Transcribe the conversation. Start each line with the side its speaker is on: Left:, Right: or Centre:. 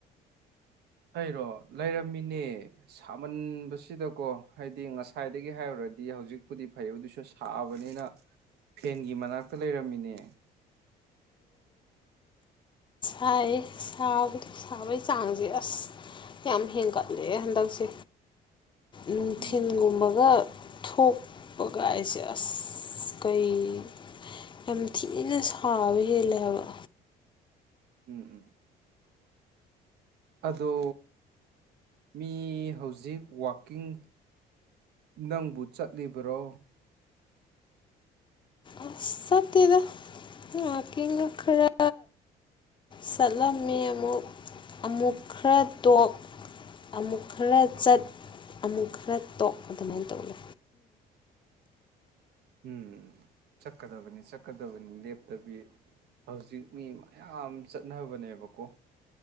Right: ꯑꯩꯔꯣ ꯂꯩꯔꯝꯃꯤꯅꯦ ꯁꯥꯃꯟꯕꯁꯤꯗꯀꯣ ꯍꯥꯏꯗꯤ ꯉꯁꯥꯏꯗꯒꯤ ꯍꯥꯏꯔꯨꯔꯗꯤ ꯍꯧꯖꯤꯛꯄꯨꯗꯤ ꯐꯩ ꯑꯗꯨꯁꯨ ꯁꯥꯕꯅꯤꯅ ꯐꯦꯟꯒꯤ ꯃꯅꯥꯛꯇ ꯂꯩꯔꯝꯃꯤꯅꯦ
Left: ꯍꯥꯏꯕ ꯁꯥꯕꯒꯤ ꯆꯥꯡꯁꯦ ꯑꯁ ꯌꯥꯝ ꯍꯦꯟꯒꯠꯂꯦ ꯍꯟꯗꯛꯁꯦ ꯅꯨꯡꯊꯤꯟꯒꯨꯝꯕꯒ
Right: ꯎꯝ
Left: ꯊꯣꯛꯄꯒꯥꯏꯁꯦ ꯑꯁ ꯀꯩ ꯌꯥꯝ ꯊꯤꯅ ꯁꯥꯕ ꯍꯦꯜꯂꯦ ꯍꯥꯏꯕ
Right: ꯎꯝ ꯎꯝ ꯑꯗꯣ ꯃꯤ ꯍꯧꯖꯤꯛ ꯋꯥꯛꯀꯤꯡ ꯅꯪꯕꯨ ꯆꯠꯂꯤꯕ꯭ꯔꯣ
Left: ꯑꯁ ꯆꯠꯇꯦꯗ ꯋꯀꯤꯡ ꯈꯔ ꯆꯠꯂꯝꯃꯤ ꯑꯃꯨꯛ ꯑꯃꯨꯛ ꯈꯔ ꯇꯣꯛ ꯑꯃꯨꯛ ꯈꯔ ꯆꯠ ꯑꯃꯨꯛ ꯈꯔ ꯇꯣꯛ ꯑꯗꯨꯃꯥꯏꯅ ꯇꯧꯋꯦ
Right: ꯎꯝ ꯆꯠꯀꯗꯕꯅꯤ ꯆꯠꯀꯗꯕꯅꯤ ꯂꯦꯞꯇꯕꯤ ꯍꯧꯖꯤꯛ ꯃꯤ ꯃꯌꯥꯝ ꯆꯠꯅꯕꯅꯦꯕꯀꯣ